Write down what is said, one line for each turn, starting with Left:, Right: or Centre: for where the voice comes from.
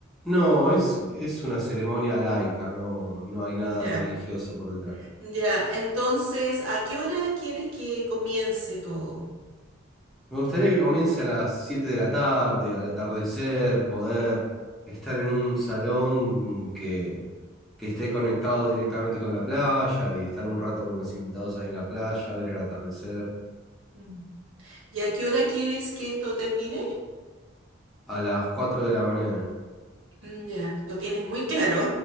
Centre: No, es, es una ceremonia laica, no, no hay nada
Right: Ya,
Centre: religioso por detrás.
Right: ya. Entonces, ¿a qué hora quieres que comience todo?
Centre: Me gustaría que comience a las 7 de la tarde, al atardecer, poder estar en un salón que, que esté conectado directamente con la playa y estar un rato con los invitados ahí en la playa, ver el atardecer
Right: Mm. ¿Y a qué hora quieres que esto termine?
Centre: a las 4 de la mañana.
Right: Mm, Ya, lo tienes muy claro.